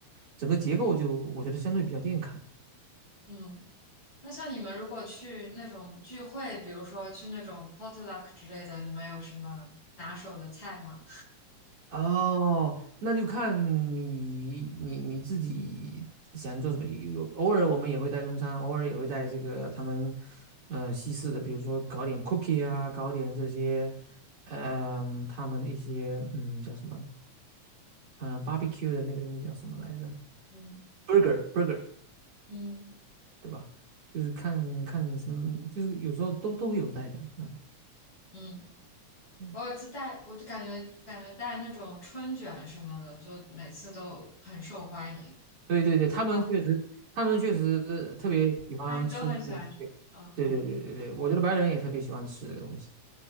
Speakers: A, on the right; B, on the left.
A: 整个结构就我觉得相对比较健康。
B: 嗯，那像你们如果去那种聚会，比如说去那种 potluck 之类的，你们有什么拿手的菜吗？
A: 哦，那就看你你你自己想做什么。有有偶尔我们也会带中餐，偶尔也会带这个他们呃西式的，比如说搞点 cookie 啊，搞点这些，嗯、他们的一些嗯叫什么，嗯、barbecue 的那个东西叫什么来着
B: 嗯
A: ？burger burger
B: 嗯
A: 对吧？就是看看什么，就是有时候都都会有带的啊，嗯，
B: 嗯。
A: 对
B: 我有一次带，我就感觉感觉带那种春卷什么的，就每次都很受欢迎，
A: 对对对，他们确实，
B: 然后
A: 他们确实特别喜欢吃这个
B: 大家都很喜欢吃。嗯
A: 对对对对对，我觉得白人也特别喜欢吃这个东西，